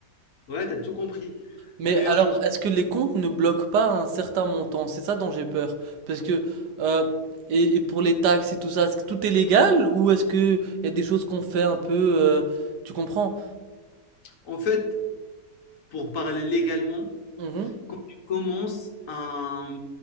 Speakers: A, on the left; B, on the right.
A: Ouais, t'as tout compris.
B: Mais
A: Mais
B: alors,
A: en
B: est-ce que les comptes ne bloquent pas un certain montant? C'est ça dont j'ai peur. Parce que, euh, et, et pour les taxes et tout ça, est-ce que tout est légal ou est-ce que il y a des choses qu'on fait un peu, euh, tu comprends?
A: En fait, pour parler légalement,
B: Mhm.
A: quand tu commences un,